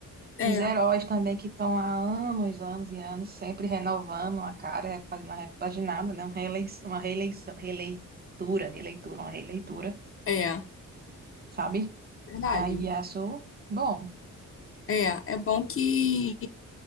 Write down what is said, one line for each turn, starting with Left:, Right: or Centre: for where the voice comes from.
Left: É,
Right: Os heróis também que estão há anos, anos e anos, sempre renovando a cara, é, fazendo a repaginada, né? Uma reeleição, uma reeleição, releitura, releitura, uma releitura,
Left: é,
Right: sabe?
Left: verdade.
Right: E aí acho bom.
Left: É, é bom que,